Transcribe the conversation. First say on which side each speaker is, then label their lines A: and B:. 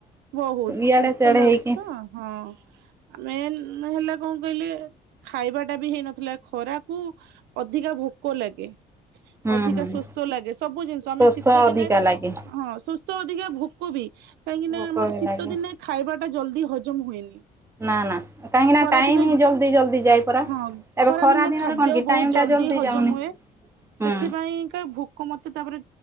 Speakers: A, on the right (about 85°); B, on the right (about 15°).
A: ବହୁତ
B: ଇଆଡେ
A: ବ୍ୟସ୍ତ
B: ସିଆଡେ
A: ଲାଗୁଛି
B: ହେଇକି
A: ତ ହଁ ମେନ୍ ନ ହେଲା କଣ କହିଲେ। ଖାଇବା ଟା ବି ହେଇନଥିଲା ଖରାକୁ ଅଧିକା ଭୋକ ଲାଗେ।
B: ହୁଁ
A: ଅଧିକା
B: ହୁଁ
A: ଶୋଷ ଲାଗେ। ସବୁ ଜିନିଷ ଆମେ
B: ଶୋଷ
A: ଶୀତ
B: ଅଧିକା
A: ଦିନେ
B: ଲାଗେ
A: ହଁ ସୁସ୍ ଷ ଅଧିକା ଭୋକ ବି। କାହିଁକି
B: ଭୋକ
A: ନା ମୋର
B: ବି
A: ଶୀତ
B: ଲାଗେ
A: ଦିନେ ଖାଇବା ଟା ଜଲଦି ହଜମ ହୁଏନି।
B: ନା ନା କାହିଁକି ନା
A: ଖରାଦିନେ
B: ଟାଇମ ହିଁ ଜଲ୍ଦି ଜଲ୍ଦି ଯାଇ ପରା
A: ହଁ
B: ଏବେ
A: ଖରାଦିନେ
B: ଖରା ଦିନରେ
A: ଖାଦ୍ୟ
B: କଣ କି
A: ବହୁତ
B: ଟାଇମ ଟା
A: ଜଲଦି
B: ଜଲ୍ଦି
A: ହଜମ
B: ଯାଉନି
A: ହୁଏ।
B: ହୁଁ
A: ସେଥିପାଇଁକା ଭୋକ ମତେ ତାପରେ